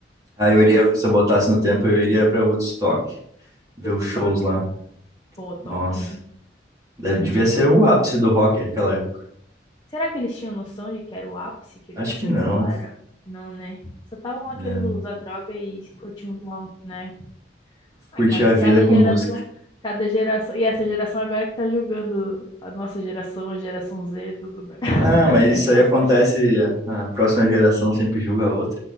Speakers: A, on the right (about 20°); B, on the left (about 25°).
A: Aí eu iria,
B: Eu tenho
A: se eu voltasse no tempo, eu iria pra Woodstock, ver
B: o Woodstock,
A: os shows lá.
B: né? pô, top,
A: Nossa.
B: hein?
A: Deve, devia
B: É.
A: ser o ápice do rock naquela época.
B: Será que eles tinham noção de que era o ápice, que
A: Acho
B: eles,
A: que
B: que
A: não,
B: aquilo lá era? Não, né? Só estavam lá
A: né?
B: querendo usar droga e curtir um mal, né?
A: Curtir
B: Ah, cada,
A: a
B: cada
A: vida com
B: geração,
A: música.
B: cada geração. E essa geração agora que tá julgando a nossa geração, a geração Z, tudo, né? <laughs>
A: Ah, mas isso
B: A geração
A: aí acontece,
B: de.
A: a a próxima geração sempre julga a outra.